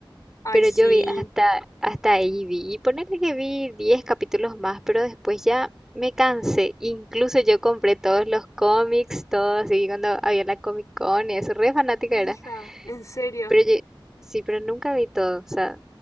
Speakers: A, on the left (about 40°); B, in the centre.
A: Ay,
B: Pero
A: sí,
B: yo vi hasta, hasta ahí vi, y ponerle que vi 10 capítulos más, pero después ya me cansé. Incluso yo compré todos los cómics, todos, y cuando había la Comic Con, y eso, re fanática
A: hija,
B: era.
A: en serio.
B: Pero yo- sí, pero nunca vi todo, o sea,